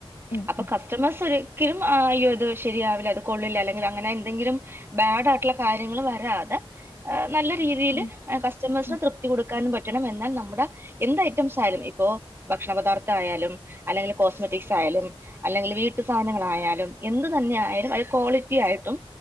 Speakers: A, on the left (about 80°); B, on the right (about 25°).
A: ഉം
B: അപ്പോ
A: ഉം
B: ക കസ്റ്റമേഴ്‌സ് ഒരിക്കലും ആഹ് അയ്യോ ഇത് ശരിയാവില്ല അത് കൊള്ളില്ല അല്ലെങ്കിൽ അങ്ങനെ എന്തെങ്കിലും ബാഡ് ആയിട്ടുള്ള കാര്യങ്ങൾ വരാതെ നല്ല രീതിയിൽ
A: ഉം
B: കസ്റ്റമേഴ്സിന്
A: ഉം
B: തൃപ്തി ത്തി കൊടുക്കാനും പറ്റണം എന്നാൽ നമ്മുടെ എന്ത് ഐറ്റംസ് ആയാലും ഇപ്പോ ഭക്ഷണ പദാർത്ഥ ആയാലും അല്ലെങ്കിൽ കോസ്മെറ്റിക്സ് ആയാലും അല്ലെങ്കിൽ വീട്ടു സാധനങ്ങളായാലും എന്ത് തന്നെ ആയാലും അത് ക്വാളിറ്റി ആയിട്ടും